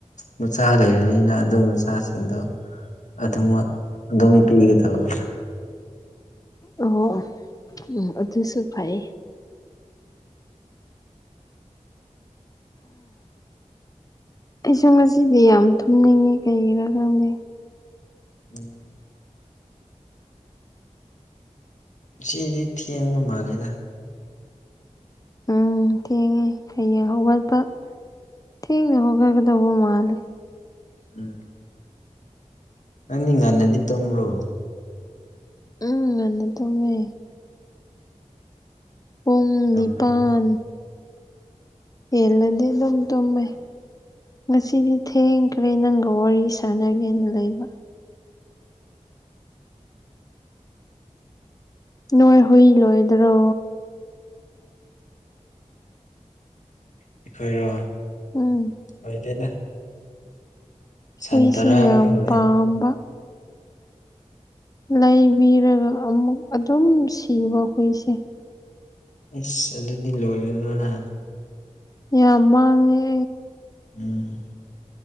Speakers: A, on the left; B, on the left.
A: ꯃꯆꯥ ꯂꯩꯔꯅꯤꯅ ꯑꯗꯨ ꯃꯆꯥꯁꯤꯡꯗꯣ ꯑꯗꯨꯃꯛ ꯑꯗꯨꯝ ꯄꯤꯒꯗꯕ
B: ꯑꯣ ꯎꯝ ꯑꯗꯨꯁꯨ ꯐꯩ ꯑꯩꯁꯨ ꯉꯁꯤꯗꯤ ꯌꯥꯝ ꯊꯨꯝꯅꯤꯡꯉꯦ ꯀꯩꯒꯤꯔꯥ ꯈꯪꯗꯦ
A: ꯎꯝ ꯉꯁꯤꯗꯤ ꯊꯦꯡꯕ ꯃꯥꯜꯂꯦꯗ
B: ꯎꯝ ꯊꯦꯡꯉꯦ ꯍꯌꯦꯡ ꯍꯧꯒꯠꯄ ꯊꯦꯡꯅ ꯍꯧꯒꯠꯒꯗꯧꯕ ꯃꯥꯜꯂꯦ
A: ꯎꯝ ꯅꯪꯗꯤ ꯉꯟꯅꯗꯤ ꯇꯨꯝꯕ꯭ꯔꯣ
B: ꯎꯝ ꯉꯟꯅ ꯇꯨꯝꯃꯦ ꯄꯨꯡ
A: ꯌꯥꯝ
B: ꯅꯤꯄꯥꯟ
A: ꯐꯩꯗ
B: ꯍꯦꯜꯂꯗꯤ ꯑꯗꯨꯝ ꯇꯨꯝꯃꯦ ꯉꯁꯤꯗꯤ ꯊꯦꯡꯈ꯭ꯔꯦ ꯅꯪꯒꯥ ꯋꯥꯔꯤ ꯁꯥꯟꯅꯒꯦꯅ ꯂꯩꯕ ꯅꯣꯏ ꯍꯨꯏ ꯂꯣꯏꯗ꯭ꯔꯣ
A: ꯑꯩꯈꯣꯏꯔꯣ
B: ꯎꯝ
A: ꯂꯣꯏꯗꯦꯗ ꯁꯟ
B: ꯍꯨꯏꯁꯤ
A: ꯇꯔꯥꯃꯨꯛ
B: ꯌꯥꯝ
A: ꯂꯣꯏ
B: ꯄꯥꯝꯕ ꯂꯩꯕꯤꯔꯒ ꯑꯃꯨꯛ ꯑꯗꯨꯝ ꯁꯤꯕ ꯍꯨꯏꯁꯦ
A: ꯏꯁ ꯑꯗꯨꯗꯤ ꯂꯣꯏꯒꯅꯨꯅꯥ
B: ꯌꯥꯝ ꯃꯥꯡꯉꯦ
A: ꯎꯝ